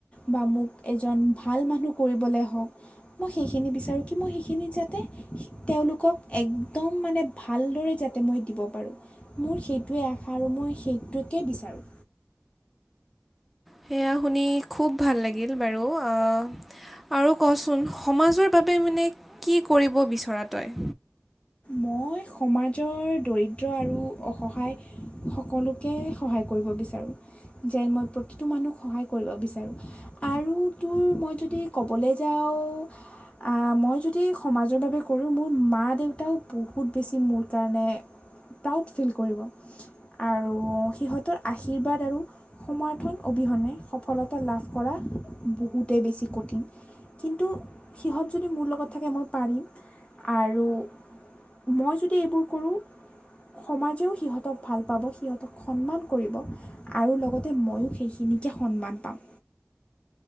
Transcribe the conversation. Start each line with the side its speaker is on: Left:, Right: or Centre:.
Left: বা মোক এজন ভাল মানুহ কৰিবলৈ হওঁক, মই সেইখিনি বিচাৰোঁ। কি মই সেইখিনিত যাতে তেওঁলোকক এক একদম মানে ভালদৰে যাতে মই দিব পাৰোঁ। মোৰ সেইটোৱে আশা আৰু মই সেইটোকে বিচাৰোঁ।
Centre: সেয়া শুনি খুব ভাল লা গিল বাৰু। অ' আৰু কচোন সমাজৰ বাবে মানে কি কৰিব বিচৰা তই?
Left: মই সমাজৰ দৰিদ্ৰ আৰু অসহায় সকলোকে সহায় কৰিব বিচাৰোঁ। যেন মই প্ৰতিটো মানুহক সহায় কৰিব বিচাৰোঁ। আৰু তোৰ মই যদি ক'বলৈ যাওঁ, অ' মই যদি সমাজৰ বাবে কৰোঁ, মোৰ মা-দেউ তাও বহুত বেছি মোৰ কাৰণে প্ৰাউড ফিল কৰিব। আৰু সিহঁতৰ আশীৰ্বাদ আৰু সমাৰ্থন অবিহনে সফলতা লাভ কৰা বহুতেই বেছি কঠিন। কিন্তু সিহঁত যদি মোৰ লগ গত থাকে, মই পাৰিম। আৰু মই যদি এইবোৰ কৰোঁ, সমাজেও সিহঁতক ভাল পাব। সিহঁতক সন্মান কৰিব। আৰু লগতে ময়ো সেইখিনিকে সন্মান পাম।